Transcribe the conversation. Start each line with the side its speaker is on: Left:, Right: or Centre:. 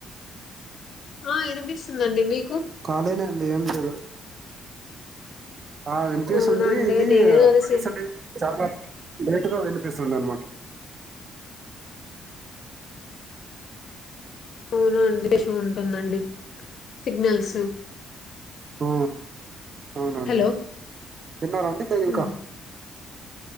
Left: ఆ వినిపిస్తుందండి మీకు
Right: కాలినే అండి ఏం లేదు ఆ వినిపిసింది
Left: అవునా అండి
Right: ఇది
Left: నేను అది
Right: వాయసు
Left: సే
Right: అనే చాలా నటుగా విని చేసింద అనమాట
Left: అవునా అండి షో ఉంటుందండి సిగ్నల్స్
Right: ఆ అవునండి
Left: హలో
Right: తిన్నారా లేదు ఇంకా
Left: ఉమ్.